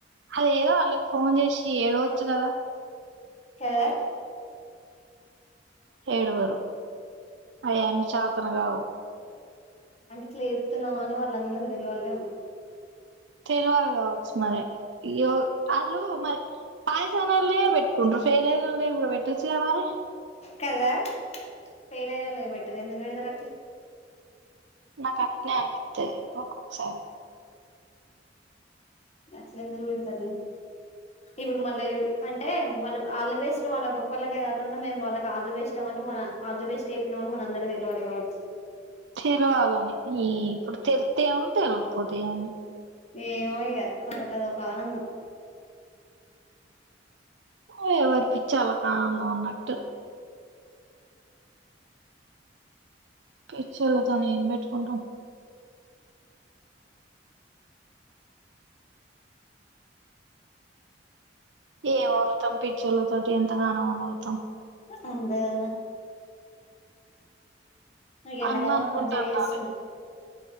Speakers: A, on the right; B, on the left.
A: అద ఏదో వాళ్ళకి ఫోన్ చేసి ఏడవచ్చు కదా
B: కదా
A: ఏడువరు అయన్న చతనగావు
B: అంటే ఇట్లా చెప్తున్నా అని వాళ్ళు అని ఉన్నారు తెలి వాళ్ళ
A: తెలవాలి కావచ్చు మరిో వాళ్ళు మరి పాయసాల న పెట్కుంటరూ ఫెల్యిన వల్ల నేమ్ కూడా పెట్టచ్చ కదా మరి
B: కదా పేలనలో బట్ర ఎందుకు పెడతారో అట్ల
A: నాకు అట్నే అనిపిత్తది ఒక్కొక్కసారి
B: అట్లేందుకు పెడతార్లే ఇప్పుడు మళ్ళ చూడు అంటే మళ్ళ ఆల్ ద బెస్ట్ వాళ్ళకి ఒక్కళ్లకే కాకుండా మేము వాళ్ళకి ఆల్ ద బెస్ట్ పెట్ల మనం మన ఆల్ ద బెస్ట్ చెప్పినామని మన అందరికి తెలవాలి కావచ్చు
A: చీరువా లోనే ఈ ఇప్పుడు తెలితే ఏముంది తెల్వకపోతే ఏముంది
B: ఏమయ్యా వాళ్లకి అదో ఆనందం
A: ఓరి ఎవరి పిచ్చి వాళ్ళకి ఆనందం అన్నట్టు పిచ్చోళ్లతోను ఏం పెట్టుకుంటాం ఏం ఓర్లుతం పిచ్చోళ్ల తోటి ఎంతగానం అయినా ఓర్లుతాం
B: అంతే కదనే నాకు ఎండకాలం
A: అన్న అనుకుంటా
B: అని మజ్జిగ
A: అన్నాలి
B: చేస్తున్నాం